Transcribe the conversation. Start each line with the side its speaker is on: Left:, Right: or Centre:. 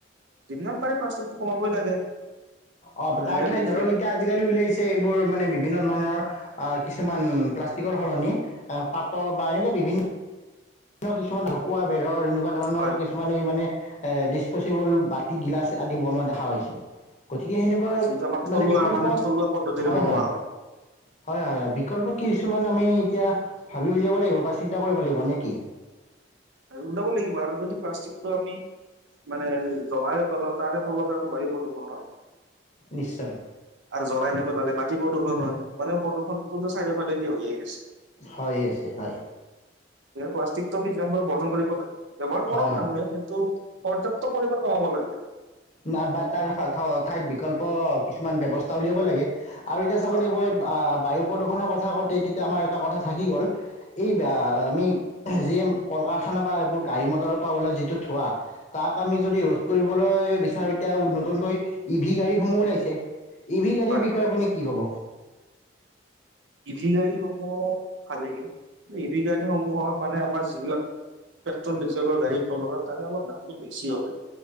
Right: যিমান পাৰে প্লাষ্টিকটো কমাবই লাগে।
Left: অ
Right: আজিকালি
Left: তাৰ ঠাইত ধৰক
Right: যিহেতু
Left: এতিয়া আজিকালি উলাইছে এইবোৰ মানে বিভিন্ন ধৰণৰ অ কিছুমান প্লাষ্টিকৰ সলনি পাতৰ বা এনেকোৱা বিভিন্ন কিছুমান ঢকুৱা বেৰৰ এনেকোৱা ধৰণৰ
Right: হয় হয়
Left: কিছুমান এই মানে এ ডিচপচিবল বাতি গিলাচ আদি বনোৱা দেখা পাইছো। গতিকে সেনেকোৱা
Right: হয়, যিহেতু আমাৰ থলুৱা
Left: মানে বিকল্প
Right: থলুৱা পদ্ধতিৰে
Left: হয়
Right: বনোৱা
Left: হয়। হয় হয় হয় বিকল্প কি কিছুমান আমি এতিয়া ভাবি উলিয়াব লাগিব বা চিন্তা কৰিব লাগিব নে কি?
Right: ওলাব লাগিব আৰু যদি প্লাষ্টিকটো আমি মানে জ্বলাই তলাও তাৰে ফলত তো বায়ু প্ৰদূষণ হয়।
Left: নিশ্চয়।
Right: আৰু জ্বলাই নেপেলালে মাটি প্ৰদূষণ হয়, মানে প্ৰদূষণ তো চাৰিওফালেদি হৈয়ে আছে।
Left: হয় আছে হয়।
Right: প্লাষ্টিক যান বৰ্জন কৰিব লাগে ব্যৱহাৰ
Left: হয়
Right: কৰক
Left: হয়
Right: মানুহে কিন্তু পৰ্যাপ্ত পৰিমানে কমাব লাগে আৰু।
Left: ন বা তাৰ ঠাইত বিকল্প কিছুমান ব্যৱস্থা উলিয়াব লাগে। আৰু এতিয়া চাব
Right: হয়
Left: দে মই আহ বায়ু প্ৰদূষণৰ কথা কওঁতে তেতিয়া আমাৰ এটা কথা থাকি গ'ল, এই আমি যি কাৰখানা বা এইবোৰ গাড়ী মটৰৰ পৰা ওলাই যিটো ধোৱা, তাক আমি যদি ৰোধ কৰিবলৈ বেছি এতিয়া নতুনকৈ ই ভি গাড়ীসমূহ ওলাইছে, ই ভি গাড়ীৰ
Right: হয়
Left: বিষয়ে
Right: হয়
Left: আপুনি কি কব?
Right: ই ভি গাড়ীসমূহ ভালেই, ই ভি গাড়ীসমূহৰ মানে আমাৰ যিবিলাক পেট্ৰল, ডিজেলৰ গাড়ীৰ তলত তাৰে অলপ দামটো বেছি হয়।